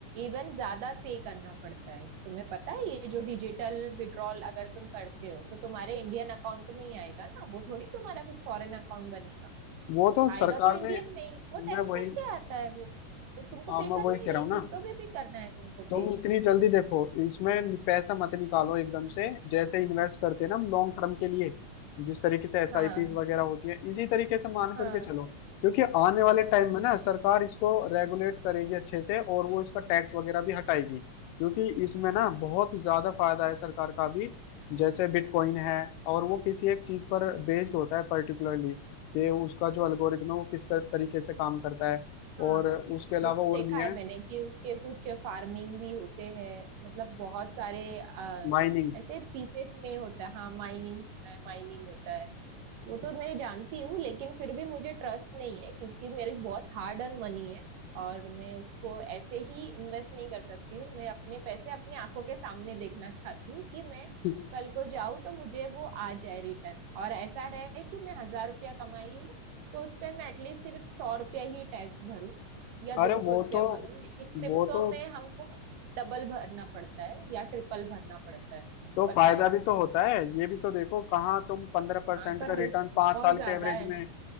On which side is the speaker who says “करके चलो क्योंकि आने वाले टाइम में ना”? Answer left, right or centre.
Left